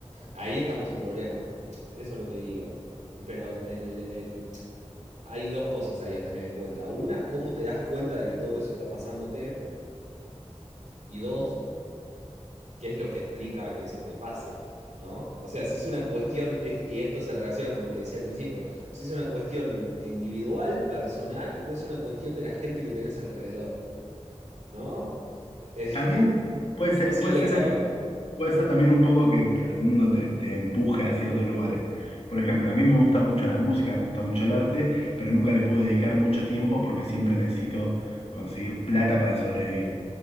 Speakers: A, on the right; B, on the left.
A: ahí estamos en problemas. Eso es lo que digo. Pero el- el- hay dos cosas ahí a tener en cuenta. Una, cómo te das cuenta de que todo eso está pasándote. Y dos, qué es lo que explica que eso te pase, ¿no? O sea, si es una cuestión, y esto se relaciona con lo que decía al principio, si es una cuestión individual, personal, o es una cuestión de la gente que tenés alrededor, ¿no? <laughs>
B: También puede
A: Es imposible
B: ser, puede ser,
A: de saberlo.
B: que- puede ser también un poco que, que el mundo te, te empuje a ciertos lugares. Por ejemplo, a mí me gusta mucho la música, me gusta mucho el arte, pero nunca le pude dedicar mucho tiempo porque siempre necesito conseguir plata para sobrevivir.